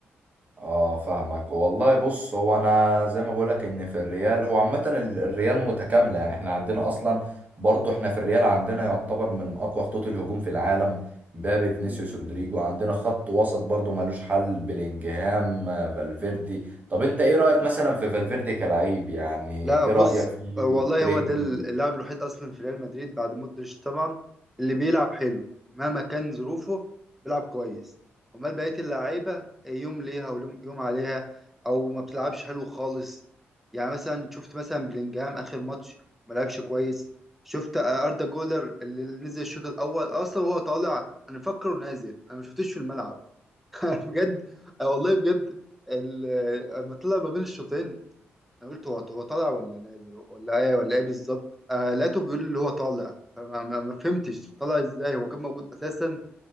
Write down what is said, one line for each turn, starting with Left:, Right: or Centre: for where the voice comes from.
Right: اه فاهمك والله بص هو انا زي ما بقولك ان في الريال هو عامة ال- الريال متكاملة يعني احنا عندنا اصلا برضو احنا في الريال عندنا يعتبر من اقوى خطوط الهجوم في العالم مبابي فينيسيوس
Centre: مم.
Right: رودريجو عندنا خط وسط برضو مالوش حل بلينجهام آه، فالفيردي طب انت ايه رأيك مثلا في فالفيردي كلعيب يعني
Centre: لا
Right: ايه
Centre: بص
Right: رأيك فيه
Centre: والله
Right: برجله
Centre: هو ده اللاعب الوحيد اصلا في ريال مدريد بعد مودريتش طبعا اللي بيلعب حلو مهما كان ظروفه بيلعب كويس امال بقيه اللعيبه يوم ليها ويوم عليها او ما بتلعبش حلو خالص يعني مثلا شفت مثلا بلينجهام اخر ماتش ما لعبش كويس شفت آه، اردا جولر اللي نزل الشوط الاول اصلا وهو طالع انا مفكره نازل انا ما شفتوش في الملعب <laughs> بجد آه والله بجد ال- آه، لما طلع ما بين الشوطين انا قلت هو هو طالع ولا نازل ولا ايه ولا ايه بالظبط آه لقيته بيقول اللي هو طالع فما ما ما فهمتش طالع ازاي هو كان موجود اساسا